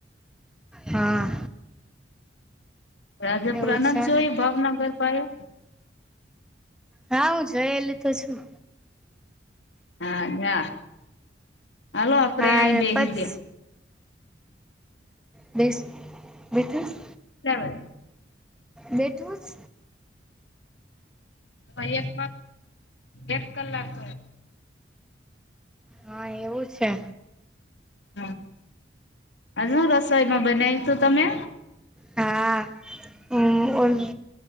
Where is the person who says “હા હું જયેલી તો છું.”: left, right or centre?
Centre